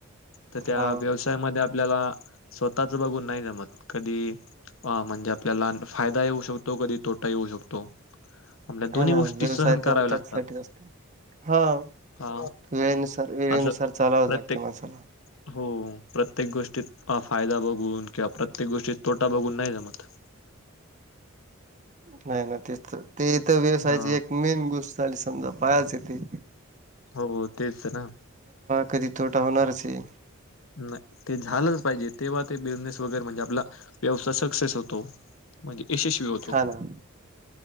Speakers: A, on the left; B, on the right.
A: तर त्या
B: हा
A: व्यवसायामध्ये आपल्याला स्वतःच बघून नाही जमत कधी म्हणजे आपल्याला फायदा येऊ शकतो कधी तोटा येऊ शकतो. आपल्या दोन्ही
B: हा ना
A: गोष्टी
B: व्यवसाय
A: सहन कराव्या
B: तर
A: लागतात.
B: त्याचसाठीच असतो हा
A: अ
B: वेळेनुसार वेळेनुसार
A: असं
B: चालावंच
A: प्रत्येक
B: लागते मानसाला.
A: हो प्रत्येक गोष्टीत फायदा बघून किंवा प्रत्येक गोष्टीत तोटा बघून नाही जमत. <inaudible>
B: नाही ना तेच तर ते इथ व्यवसायाची
A: हा
B: एक मेन गोष्ट झाली समजा पायाच य तेे.
A: हो हो तेच ना.
B: कधी तोटा होणारच आहे.
A: नाही. ते झालंच पाहिजे तेव्हा ते बिझनेस वगैरे म्हणजे आपला व्यवसाय सक्सेस होतो. म्हणजे यशस्वी होतो.
B: हा ना